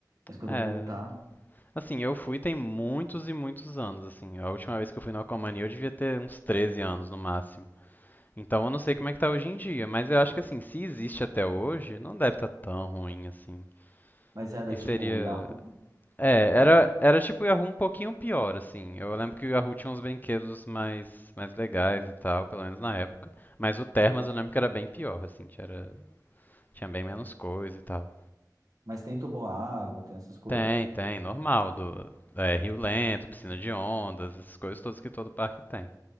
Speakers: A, on the right (about 55°); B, on the left (about 25°).
A: Mas quando
B: É,
A: eu voltar.
B: Assim, eu fui tem muitos e muitos anos, assim. A última vez que eu fui no Aquamania eu devia ter uns 13 anos no máximo. Então eu não sei como é que tá hoje em dia, mas eu acho que assim, se existe até hoje, não deve estar tão ruim assim.
A: Mas era
B: E
A: tipo
B: seria.
A: o Yahoo,
B: É,
A: ou
B: era,
A: era?
B: era tipo o Yahoo um pouquinho pior, assim. Eu lembro que o Yahoo tinha uns brinquedos mais, mais legais e tal, pelo menos na época. Mas o Termas eu lembro que era bem pior, assim, tinha, era- tinha bem menos coisa e tal.
A: Mas tem água tem essas coisas.
B: Tem, tem, normal, do é, rio lento, piscina de ondas, essas coisas todas que todo parque tem.